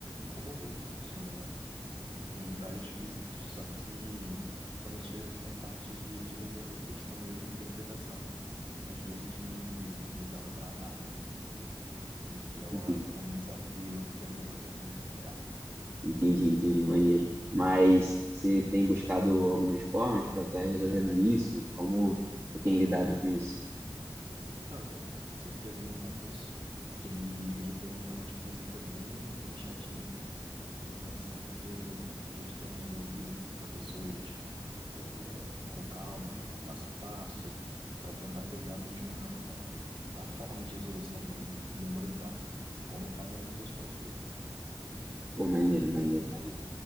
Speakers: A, on the right (about 75°); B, on the right (about 35°).
A: como o mundo funciona, né? Em vários quesitos. Só que hum, quando chega ali na parte de, de resolver questão mesmo, interpretação, às vezes me, me dá uma travada. E é, uma,
B: Entendi,
A: é um desafio que eu ainda estou tentando superar.
B: entendi, entendi, maneiro. Mas você tem buscado algumas formas para estar resolvendo isso? Como você tem lidado com isso?
A: Não, então, com certeza, o meu concurso, ele, ele tem uma prova de física bem, bem chatinha. Então, eu tento sempre ver questões resolvidas por professores, é, com calma, passo a passo, para tentar pegar mesmo a, a forma de resolução, né, e memorizar como cada uma questão é feita.
B: Pô, maneiro, maneiro, maneiro.